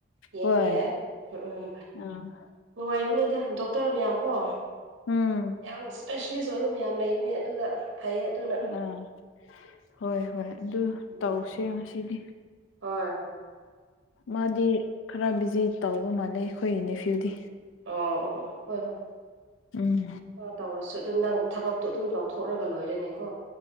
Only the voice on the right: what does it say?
ꯌꯦꯡꯕ
ꯌꯥꯏ ꯎꯝ ꯎꯝ
ꯅꯨꯡꯉꯥꯏꯕꯅꯦꯗ ꯗꯣꯛꯇꯔ ꯃꯌꯥꯝ ꯀꯣ
ꯌꯥꯝ ꯏꯁꯄꯦꯁꯦꯂꯤꯁ ꯑꯣꯏꯕ ꯃꯌꯥꯝ ꯂꯩꯕꯅꯦ ꯑꯗꯨꯗ ꯐꯩꯌꯦ ꯑꯗꯨꯅ
ꯎꯝ
ꯍꯣꯏ
ꯑꯣ ꯑꯣ ꯑꯣ ꯍꯣꯏ ꯍꯣꯏ
ꯑꯣ ꯇꯧꯔꯁꯨ ꯑꯗꯨꯝ ꯅꯪ ꯊꯕꯛ ꯇꯣ ꯑꯗꯨꯝ ꯇꯧꯊꯣꯛꯂꯒ ꯂꯣꯏꯔꯦꯅꯦꯀꯣ